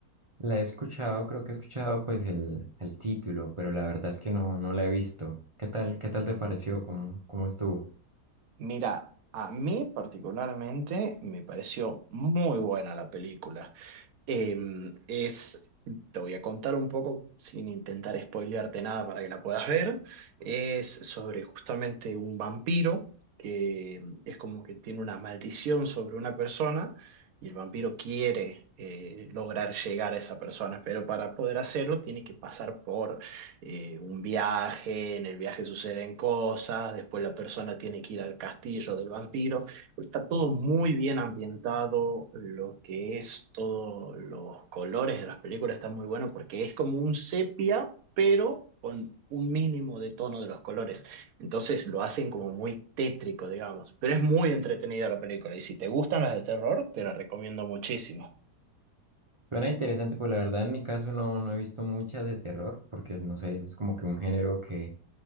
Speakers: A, on the right (about 50°); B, on the right (about 65°).
A: La he escuchado, creo que he escuchado pues el, el título, pero la verdad es que no, no la he visto. ¿Qué tal, qué tal te pareció? ¿Cómo, cómo estuvo?
B: Mira, a mí particularmente me pareció muy buena la película. Em, es, te voy a contar un poco, sin intentar spoilearte nada para que la puedas ver. Es sobre justamente un vampiro que em, es como que tiene una maldición sobre una persona y el vampiro quiere eh, lograr llegar a esa persona, pero para poder hacerlo tiene que pasar por eh, un viaje, en el viaje suceden cosas, después la persona tiene que ir al castillo del vampiro. Está todo muy bien ambientado, lo que es todos los colores de las películas está muy bueno porque es como un sepia, pero con un mínimo de tono de los colores. Entonces lo hacen como muy tétrico, digamos, pero es muy entretenida la película y si te gustan las de terror, te la recomiendo muchísimo.
A: Suena interesante, pues la verdad en mi caso no, no he visto muchas de terror, porque no sé, es como que un género que